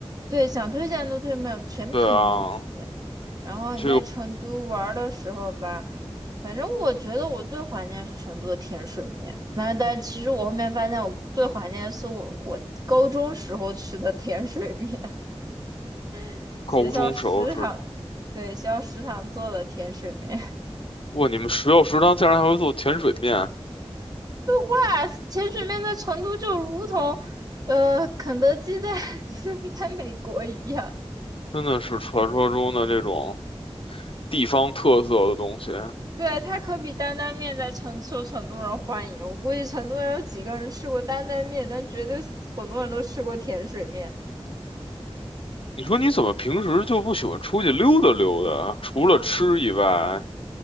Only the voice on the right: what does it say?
对，想推荐都推荐不了全凭运气。
然后你在成都玩的时候吧，
反正我觉得我最怀念是成都的甜水面。那但其实我后面发现，我最怀念的是我我高中时候吃的甜水面，<laughs> 学校食堂，
对，学校食堂做的甜水面。
哇，甜水面在成都就如同，呃，肯德基在 <laughs> 在美国一样。
对，它可比担担面在成受成都人欢迎。我估计成都人有几个人吃过担担面，但绝对很多人都吃过甜水面。